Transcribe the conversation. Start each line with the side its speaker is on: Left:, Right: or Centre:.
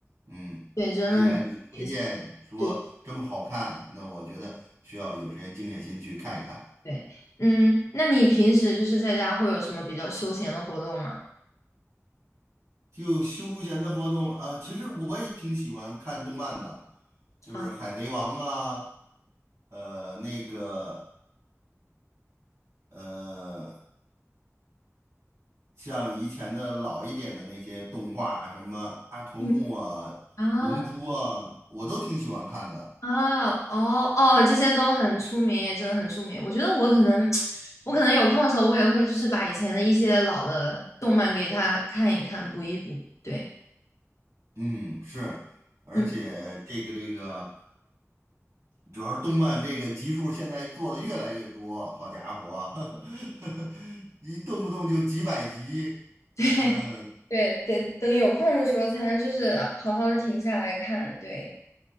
Right: 嗯，
Left: 对，真的很有意思。
Right: 既然你推荐说这么好看，
Left: 对
Right: 那我觉得需要有时间静下心去看一看。
Left: 对，嗯，那你平时就是在家会有什么比较休闲的活动吗？
Right: 就休闲的活动啊，其实我也挺喜欢看动漫的，就是《海贼王》啊，
Left: 啊，
Right: 呃，那个呃像以前的老一点的那些动画啊，什么阿童木啊、
Left: 嗯啊
Right: 龙珠啊，我都挺喜欢看的。
Left: 啊哦哦，这些都很出名，也真的很出名。我觉得我可能，<tsk> 我可能有空的时候，我也会就是把以前的一些老的动漫给他看一看，补一补。对，
Right: 嗯，是，而且这个这个，
Left: 嗯，
Right: 主要是动漫这个集数现在做的越来越多，好家伙，<laughs> 一动不动就几百集。
Left: <laughs>
Right: 嗯
Left: 对，得等有空的时候才能就是好好的停下来看。对，